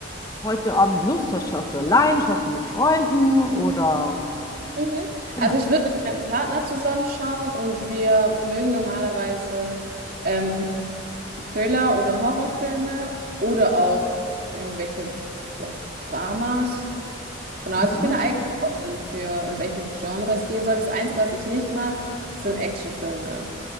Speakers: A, on the left; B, on the right.
A: heute Abend Lust hast. Schaust du allein, schaust du mit Freunden oder
B: Mhm.
A: genau.
B: Also ich würde mit meinem Partner zusammenschauen und wir mögen normalerweise ähm, Thriller oder Horrorfilme oder auch irgendwelche so, Dramas. Genau,
A: Mhm.
B: also ich bin da eigentlich offen für, in welche Genre es gehen soll. Das Einzige, was ich nicht mag, sind Actionfilme.